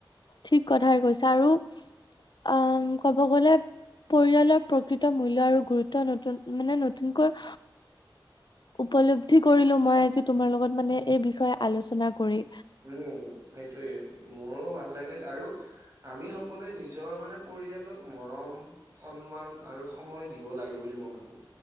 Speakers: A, on the left; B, on the right.
A: ঠিক কথাই কৈছা আৰু অ' ক'ব গ'লে পৰিয়ালৰ প্ৰকৃত মূল্য আৰু গুৰুত্ব নতুন মানে নতুনকৈ উপলব্ধি কৰিলোঁ মই আজি তোমাৰ লগত মানে এই বিষয়ে আলোচনা কৰি।
B: উম সেইটোৱেই মোৰো ভাল লাগিল আৰু আমি সকলোৱে নিজৰ মানে পৰিয়ালক মৰম, সন্মান আৰু সময় দিব লাগে বুলি মই ভাবোঁ।